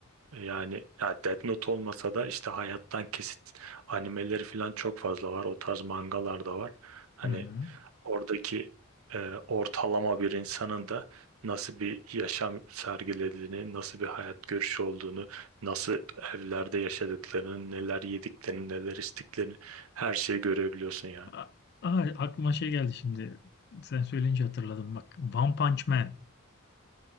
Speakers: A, on the right; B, on the left.
A: Yani ya Death Note olmasa da işte hayattan kesit animeleri falan çok fazla var. O tarz mangalar da var. Hani
B: Hı hı.
A: oradaki e, ortalama bir insanın da nasıl bir yaşam sergilediğini, nasıl bir hayat görüşü olduğunu, nasıl evlerde yaşadıklarını, neler yediklerini, neler içtiklerini her şeyi görebiliyorsun yani.
B: Aa, aklıma şey geldi şimdi. Sen söyleyince hatırladım bak. One Punch Man.